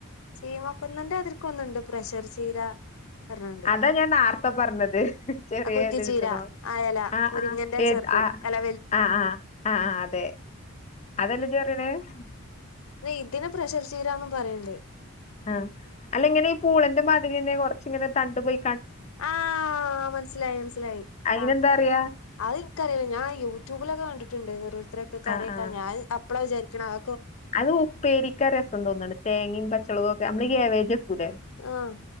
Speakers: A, on the left; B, on the left.
A: ചീമ കൊന്നൻ്റെ അതിക്ക ഒന്നുണ്ട് പ്രഷർ ചീര പറഞ്ഞോണ്ട്
B: അതാ ഞാൻ നേർത്ത പറഞ്ഞത്. ചെറിയ
A: ആഹ് കുറ്റിച്ചീര
B: ഇത് കിട്ടണോ
A: അയല
B: ആ
A: മുരിങ്ങന്റെ
B: ആ
A: ചെറുത്
B: ആ
A: അല്ല
B: ആ ആ ആ അതെ. അതെല്ല <unintelligible>
A: ഇതിനെ പ്രഷർ ചീരാന്നും പറയണ്ട്.
B: ആ അല്ല ഇങ്ങനെ ഈ പൂളന്റെ പാതിൽ തന്നെ കൊറച്ചിങ്ങനെ തണ്ടു പോയി
A: ആ മനസ്സിലായി മനസ്സിലായി
B: അതിനെന്താ
A: ആ.
B: പറയാ
A: അത് ഇനിക്കറിയില്ല ഞാൻ യൂട്യൂബിലൊക്കെ കണ്ടിട്ട് ണ്ട് ഓരോരുത്തരൊക്കെ കറിയൊക്കാ
B: ആ ആ
A: ഞാൻ അപ്പോള വിചാരിക്കണം ആ
B: അത് ഉപ്പേരിക്കാ രസം തോന്നണ് തേങ്ങയും പച്ചളകവും ഒക്കെ നമ്മള് കാബേജ്
A: ആഹ്